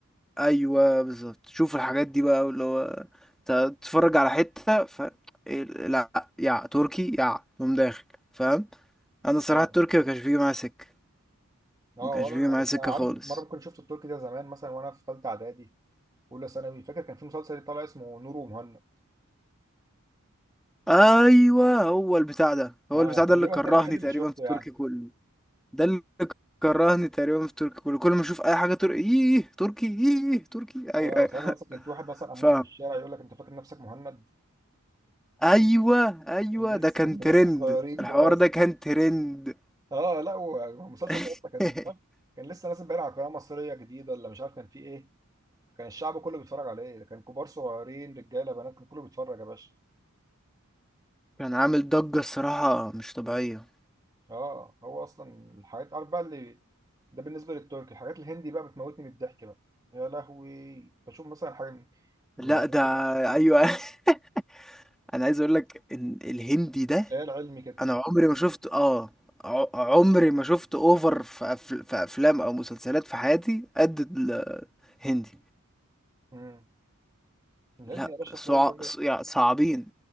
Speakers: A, in the centre; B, on the right.
A: ايوه بالظبط شوف الحاجات دي بقى اللي هو ت- تتفرج على حته ف ال- لا يا تركي يا تقوم داخل فاهم انا الصراحه
B: اه
A: التركي ما كانش بيجي معايا سكه
B: اه
A: ما كانش
B: ولا
A: بيجي
B: انا
A: معايا
B: بس
A: سكه
B: أنا
A: خالص
B: عارف مره كنت شفت التركي ده زمان مثلا وانا في ثالثه اعدادي اولى ثانوي فاكر كان في مسلسل طالع اسمه نور ومهند
A: ايوه هو البتاع ده هو
B: اه
A: البتاع ده
B: تقريبا
A: اللي كرهني
B: ده الوحيد اللي
A: تقريبا
B: شفته
A: في التركي
B: يعني
A: كله ده اللي كرهني تقريبا في التركي كله كل ما اشوف اي حاجه تركي ايه تركي ايه تركي ايوه
B: اه
A: ايوه
B: ساعتها مثلا كان
A: <laughs>
B: في واحد مثلا امور
A: فاهم
B: في الشارع يقول لك انت فاكر نفسك مهند
A: ايوه ايوه
B: لسه
A: ده كان
B: كنا
A: ترند
B: لسه صغيرين
A: الحوار
B: بقى
A: ده كان ترند
B: اه لا والمسلسل
A: <laughs>
B: ده اصلا كان كان لسه نازل باين على قناه مصريه جديده ولا مش عارف كان فيه ايه كان الشعب كله بيتفرج عليه كان كبار صغيرين رجاله بنات كان كله بيتفرج يا باشا
A: كان عامل ضجة الصراحة مش طبيعية
B: اه هو اصلا الحاجات عارف بقى اللي ده بالنسبه للتركي الحاجات الهندي بقى بتموتني من الضحك بقى يا لهوي بشوف مثلا حاجه من-
A: لا
B: يعني
A: ده
B: ايه
A: ايوه <laughs> انا عايز اقول لك ان الهندي ده
B: خيال علمي كده
A: انا عمري ما شفت اه ع- عمري ما شفت اوفر في, أفل... في افلام او مسلسلات في حياتي قد الهندي
B: امم الهندي
A: لا
B: يا باشا
A: صع...
B: تلاقي الراجل
A: ص- يعني صعبين